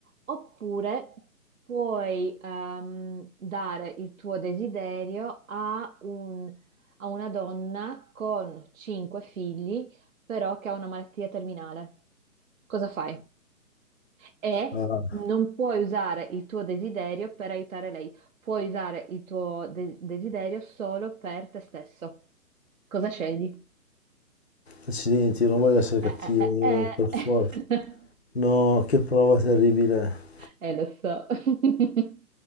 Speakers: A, on the right; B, on the left.
A: oppure puoi ehm, dare il tuo desiderio a un- a una donna con cinque figli, però che ha una malattia terminale. Cosa fai? e
B: Ah,
A: non puoi usare il tuo desiderio per aiutare lei, puoi usare il tuo de- desiderio solo per te stesso. Cosa scegli?
B: accidenti, non voglio essere cattivo,
A: Eh, eh, eh,
B: eh, per forza.
A: eh. <laughs>
B: No, che prova terribile.
A: Eh, lo so. <laughs>